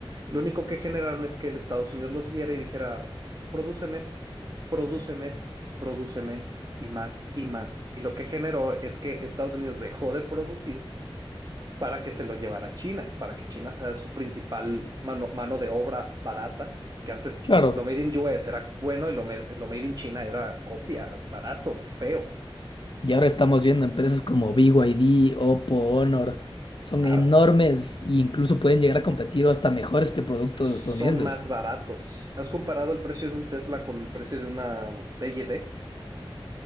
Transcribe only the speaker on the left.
claro.
Y ahora estamos viendo empresas como BYD, Oppo, Honor, son
enormes e incluso pueden llegar a competir o hasta mejores que productos
estadounidenses.